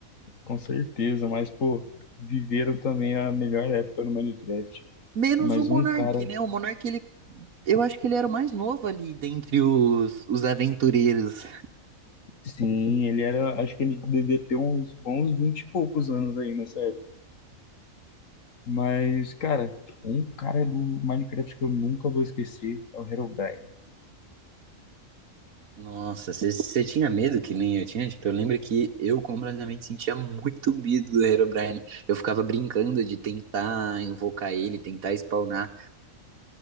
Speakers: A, on the left; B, on the right.
A: Com certeza, mas, pô, viveram também a melhor época no Minecraft.
B: Menos
A: Mas
B: o Monark,
A: um cara,
B: né? O Monark, ele, eu acho que ele era o mais novo ali dentre os, os aventureiros.
A: sim, ele era. Acho que ele devia ter uns bons 20 e poucos anos aí nessa época. Mas, cara, um cara do Minecraft que eu nunca vou esquecer é o Herobrine.
B: Nossa, você tinha medo que nem eu tinha? Tipo, eu lembro que eu completamente sentia muito medo do Herobrine. Eu ficava brincando de tentar invocar ele, tentar spawnar.